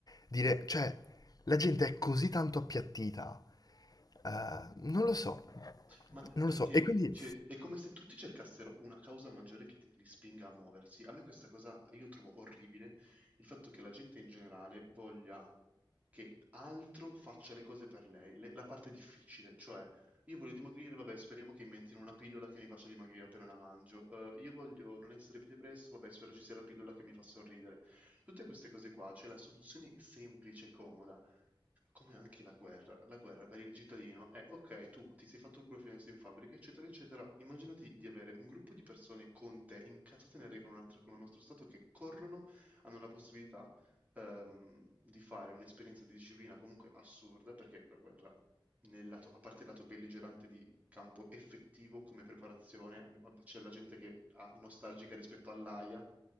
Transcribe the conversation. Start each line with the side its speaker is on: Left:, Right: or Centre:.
Left: dire, cioè, la gente è così tanto appiattita, eh, non lo so,
Right: Ma perché,
Left: non lo so, e quindi
Right: cioè, è come se tutti cercassero una causa maggiore che ti- li spinga a muoversi. A me questa cosa, io trovo orribile il fatto che la gente in generale voglia che altro faccia le cose per lei, le- la parte difficile, cioè io voglio dimagrire, vabbè, speriamo che inventino una pillola che mi faccia dimagrire appena la mangio. Eh, io voglio non essere più depresso, vabbè, spero ci sia la pillola che mi fa sorridere. Tutte queste cose qua, c'è la soluzione semplice e comoda come anche la guerra, la guerra per il cittadino è ok, tu ti sei fatto il culo fino adesso in fabbrica, eccetera, eccetera. Immaginati di avere un gruppo di persone con te, incazzate nere con un altro, con un nostro Stato, che corrono, hanno la possibilità ehm, di fare un'esperienza di disciplina comunque assurda, perché la guerra, nel lato- a parte il lato belligerante di campo effettivo come preparazione. Abbi- C'è la gente che è nostalgica rispetto all'AIA,